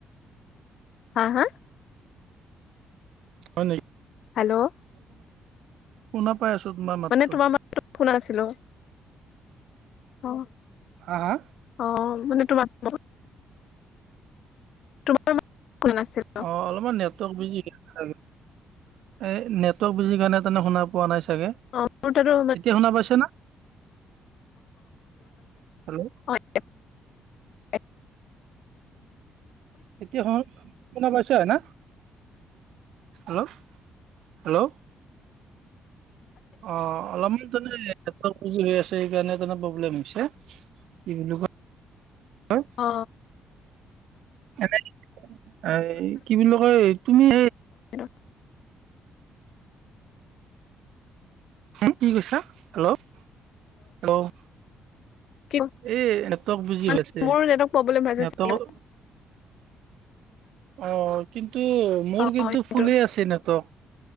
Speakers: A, on the left (about 70°); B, on the right (about 75°).
A: হাঁ হাঁ
B: হয় নে
A: হেল্ল'
B: শুনা পাই আছো তোমাৰ মাতটো
A: মানে তোমাৰ মান শুনা আছিলো অঁ
B: হা হা
A: অ মানে তোমাৰ তোমাৰ কোৱা নাছিল
B: অ অলপমান নেটৱৰ্ক বিজি এ নেটৱৰ্ক বিজি কাৰণে তেনে শুনা পোৱা নাই চাগে
A: অ মোৰ তোৰ অ
B: এতিয়া শুনা পাইছে না হেল্ল'
A: অ এ
B: এতিয়া শুনা পাইছা হয় না হেল্ল হেল্ল' অ অলপমান হৈ আছে সকাৰণে প্ৰব্লেম দিছে কি বুলি কয় হ
A: অ
B: এনে এই কি বুলি কয় তুমি
A: চি
B: হ কি কৈছা হেল্ল' হেল্ল'
A: কি
B: এই নেটৱৰ্ক বিজি
A: মানে
B: হৈ আছে
A: মোৰ নেটৱৰ্ক প্ৰব্লেম হৈছে
B: নেটৱৰ্ক
A: চাগে
B: অ কিন্তু টো মোৰ
A: অ
B: কিন্তু
A: সেইটো
B: ফুলেই আছে নেটৱৰ্ক